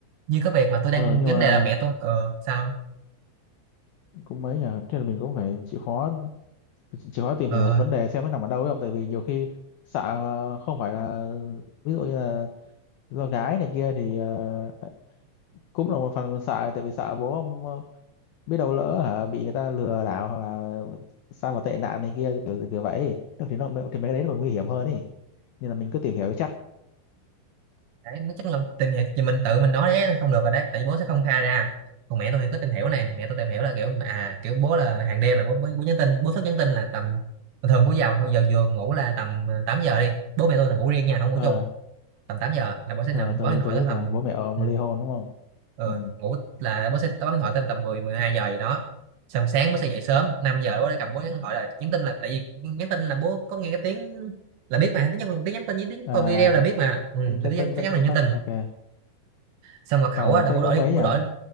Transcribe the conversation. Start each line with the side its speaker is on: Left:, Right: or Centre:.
Right: như cái việc mà tôi đang
Left: ờ nhưng
Right: vấn
Left: mà
Right: đề là mẹ tôi ờ sao
Left: cũng mấy nhờ thế là mình cũng phải chịu khó chịu khó tìm
Right: ờ
Left: hiểu vấn đề xem nó nằm ở đâu ấy không tại vì nhiều khi sợ ờ, không phải là ví dụ như là do gái này kia thì ờ, cũng là một phần sợ tại vì sợ bố ông ờ, biết đâu lỡ hả bị người ta lừa đảo hoặc là sao mà tệ nạn này kia kiểu kiểu vậy Được thì nó thì mấy cái đấy nó còn nguy hiểm hơn ý nên là mình cứ tìm hiểu cho chắc
Right: đấy nói chắc là tìm hiểu thì mình tự mình nói đấy không được rồi đấy tại vì bố sẽ không khai ra còn mẹ tôi thì có tìm hiểu này mẹ tôi tìm hiểu là kiểu à kiểu bố là hàng đêm là bố bố, bố nhắn tin bố thức nhắn tin là tầm thường bố vào giờ giường ngủ là tầm à, 8 giờ đi bố mẹ tôi là ngủ riêng nha không ngủ
Left: ờ
Right: chung tầm 8 giờ là bố sẽ
Left: ờ,
Right: nằm
Left: tôi
Right: bấm điện thoại
Left: tôi biết
Right: tới tầm
Left: mà bố mẹ ông
Right: ừ,
Left: ly hôn đúng không
Right: ờ,
Left: ừ.
Right: ngủ là bố sẽ bấm điện thoại tới tầm mười mười hai giờ gì đó xong sáng bố sẽ dậy sớm 5 giờ bố đã cầm bố nhắn hỏi rồi nhắn tin là tại vì nhắn tin là bố có nghe cái tiếng là biết mà tiếng nhắn, tiếng nhắn tin với tiếng
Left: à
Right: coi video là biết mà ừ,
Left: tính tắt
Right: là biết
Left: tắt
Right: chắc
Left: tắt
Right: chắn là
Left: tắt
Right: nhắn
Left: tắt
Right: tin
Left: ok
Right: xong mật khẩu
Left: ờ
Right: á, là
Left: thế
Right: bố đổi
Left: cũng mấy
Right: bố
Left: nhỉ
Right: đổi